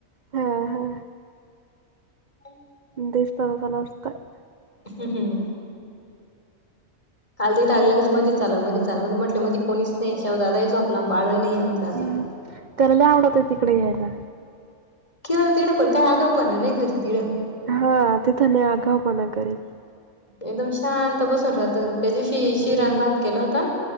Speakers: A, on the right; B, on the left.
A: हा हा
B: <unintelligible>
A: दिसत तस नसतंय.
B: हम् हम्म. काल त टाललं लगेच मधीच आला मधीच आला, मग म्हटलं मी कोणीच नाही शेवदादा झोपला बाळ ही नाहीये म्हटलं आता.
A: हम्म त्याला लै आवडत ये तिकडे यायला.
B: किळ तिडं पण काय आगाऊपणा नाही घरी तिडं
A: हा तिथ नाही आगावपणा करीत
B: एकदम शांत बसून राहत त्या दिवशी
A: हम्म
B: शिरा न भात केला होता